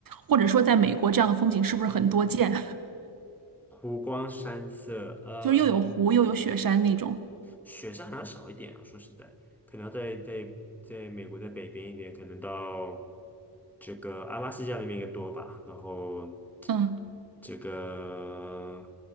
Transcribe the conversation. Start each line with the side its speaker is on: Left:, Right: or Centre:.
Right: 或者说在美国这样的风景是不是很多见，
Centre: 湖光山色，
Right: <laughs>
Centre: 呃，
Right: 就是又有湖又有雪山那种。
Centre: 雪山好像少一点啊，说实在，可能要在在在美国在北边一点，可能到这个阿拉斯加那边也多吧。然后
Right: 嗯，
Centre: 这个，